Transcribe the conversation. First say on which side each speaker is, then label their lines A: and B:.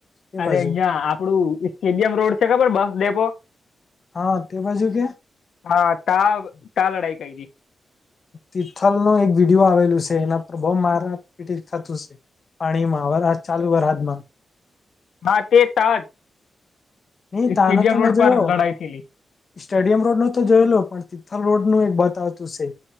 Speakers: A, on the left; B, on the left.
A: એ
B: અરે
A: બાજુ
B: અહં આપડું. સ્ટેડિયમ રોડ છે. ખબર બસ ડેપો.
A: હા તે બાજુ કે.
B: હા તા તા લડાઈ કરી,
A: તિથલ નો એક વિડીયો આવેલું છે એના પર બહુ માર પી થતું છે. પાણીમાં વ ચાલુ વરહાદ માં
B: હા તે તાજ
A: નહી તાનો
B: સ્ટેડિયમ
A: તો મેં
B: રોડ
A: જોયો
B: પર લડાઈ થેલી.
A: સ્ટેડિયમ રોડ નું તો જોયેલો પણ તિથલ રોડ નું એક બતવતું છે.